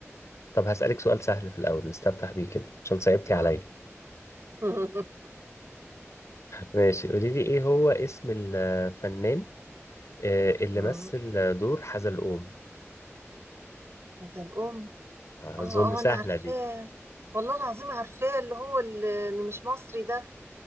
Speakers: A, on the left; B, on the right.
A: طب هسألك سؤال سهل في الاول نستفتح بيه كده عشان صعبتي
B: مم.
A: عليا
B: <laughs>
A: ماشي قولي لي ايه هو اسم الفنان آه، اللي
B: مم.
A: مثل دور حزلقوم
B: هذا الام اه
A: اظن سهلة
B: اه انا عارفاه
A: دي
B: والله العظيم عارفاه اللي هو اللي اللي مش مصري ده